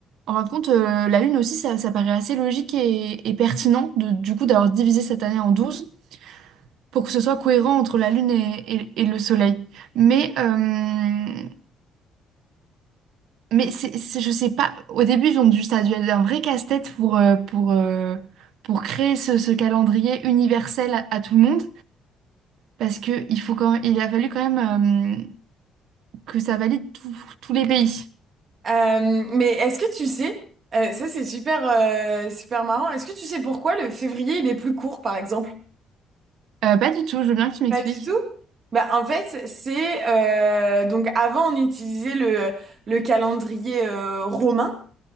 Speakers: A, on the right; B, on the right.
A: en fin de compte, euh, la lune aussi, ça, ça paraît assez logique et, et pertinent de, du coup d'avoir divisé cette année en 12 pour que ce soit cohérent entre la lune et, et- et le soleil. Mais, euh, Mais c'est, c'est- je sais pas, au début, ils ont dû, ça a dû être un vrai casse-tête pour, euh, pour, euh, pour créer ce, ce calendrier universel à, à tout le monde, parce que il faut quand, il a fallu quand même euh, que ça valide tous tous les pays.
B: Euh, mais est-ce que tu sais, euh, ça c'est super, euh, super marrant, est-ce que tu sais pourquoi le février il est plus court par exemple?
A: Euh, pas du tout, je veux bien que tu m'expliques.
B: Pas du tout? Bah, en fait, c'est euh, donc avant on utilisait le, le calendrier euh, romain